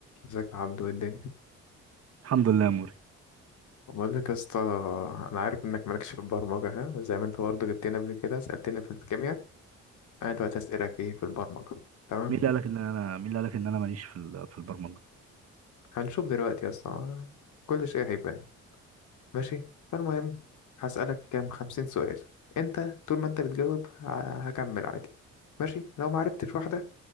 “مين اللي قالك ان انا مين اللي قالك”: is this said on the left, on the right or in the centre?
Right